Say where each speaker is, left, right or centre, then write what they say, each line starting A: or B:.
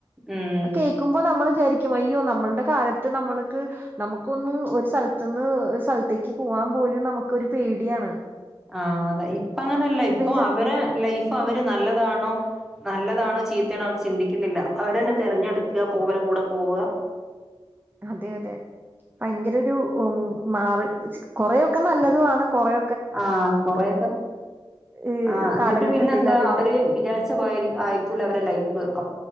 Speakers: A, in the centre; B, on the right (about 20°).
A: ഉം
B: അത് കേക്ക്മ്പോ നമ്മള് വിചാരി ക്ക് വയ്യോ നമ്മൾടെ കാലത്ത് നമ്മള്ക്ക് നമുക്കൊന്ന് ഒര് സൽത്ത്ന്ന് ര് സൽത്തേക്ക് പൂവാൻ പോലും നമ് ക്കൊരു പേട്യാണ്
A: ആ അതെ ഇപ്പങ്ങനല്ല ഇപ്പൊ
B: ചെറിയ
A: അവരെ ലൈഫ് അവര് നല്ലതാണോ നല്ലതാണോ ചീത്തേണോ അവര് ചിന്തിക്ക്ന്ന്ല്ല അവരെന്നെ തെരഞ്ഞെട്ക്ക പോവരെ കൂടെ പോവ്വ
B: അതെ അതെ ഭയങ്കര ഒരു ഒ മാറ് കൊറെയൊക്കെ നല്ലതുവാണ് കൊറെ
A: ആഹ് കൊറെക്കെ
B: ഈ
A: ആഹ് എന്നിട്ട്
B: കാലഘട്ടത്തിൽ
A: പിന്നെന്താ
B: അതിന്റെ
A: അവര് വിചാരിച്ച പോ ആയിരിക്കൂല അവരെ ലൈഫ് അ